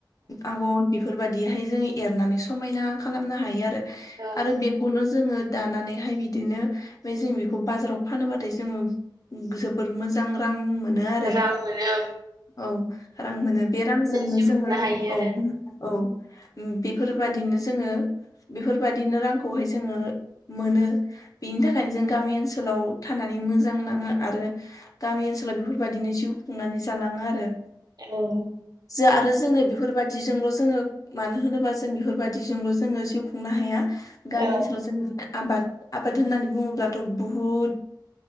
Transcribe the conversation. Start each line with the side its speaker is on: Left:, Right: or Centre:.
Left: आगर बेफोर बादिहाय जोङो एरनानै समायना खालामनो हायो आरो
Right: औ
Left: आरो
Right: औ
Left: बेखौनो जोङो दानानैहाय बिदिनो ओफाय जों बेखौ बाजाराव फानोबाथाय जोङो जबोर मोजां रां मोनो आरो
Right: रां मोनो ओं
Left: औ रां मोनो बे रांजोंनो
Right: जिउ
Left: जोङो
Right: खुंनो हायो
Left: औ औ उम बेफोरबादिनो जोङो बेफोरबायादिनो रांखौहाय जोङो मोनो। बेनि थाखायनो जों गामि ओनसोलाव थानानै मोजां नाङो आरो गामि ओनसोलाव बेफोरबदिनो जिउ खुंनानै जालांङो आरो।
Right: औ
Left: जा आरो जोङो बेफोरबाददिजोंल' जोङो मानो होनोबा जों बेफोरबायादिजोंल' जोङो जिउ खुंनो हाया। गामि
Right: औ
Left: ओनसोलाव जों आबाद आबाद होननानै बुङोब्लाथ' बुहुद